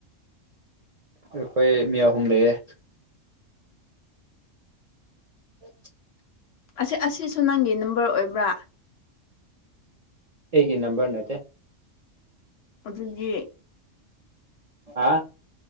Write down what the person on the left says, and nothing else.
ꯑꯁꯤ ꯑꯁꯤꯁꯨ ꯅꯪꯒꯤ ꯅꯝꯕꯔ ꯑꯣꯏꯕ꯭ꯔꯥ
ꯑꯗꯨꯗꯤ